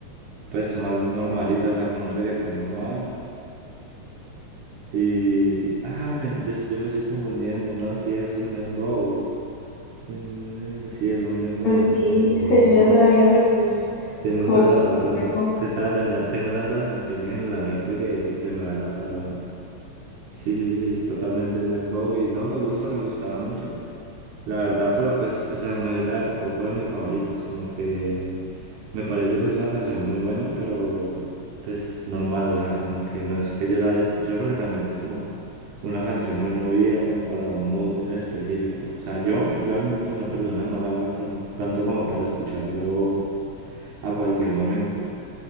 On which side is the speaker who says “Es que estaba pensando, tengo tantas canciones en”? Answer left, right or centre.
Right